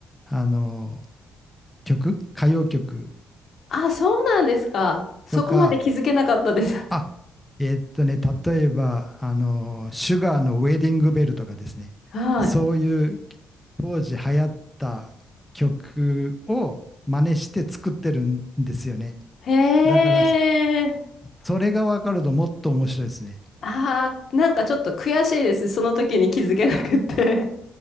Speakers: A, in the centre; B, on the left (about 55°).
A: あの曲、歌謡曲
B: あ、そうなんですか。そこまで気づけなかったです。
A: とか、
B: <laughs>
A: あ、えーっとね、例えば、あの、シュガーのウェディングベルとかですね、
B: はい。
A: そういう当時流行った曲を真似して作ってるんですよね。
B: へえ。
A: だから、それが分かるともっと面白いですね。
B: ああ、なんかちょっと悔しいです。その時に気づけなくって。